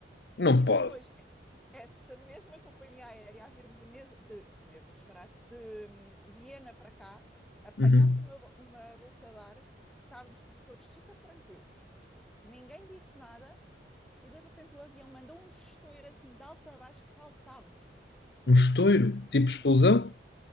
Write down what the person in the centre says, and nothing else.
E
depois, é, essa mesma companhia aérea a vir de Veneza, de, de Veneza, disparate, de hum, Viena para cá, apanhámos
uma, uma bolsa de ar, que estávamos tipo, todos super tranquilos. Ninguém disse nada e de repente o avião mandou um estouro assim de alto a baixo que saltámos.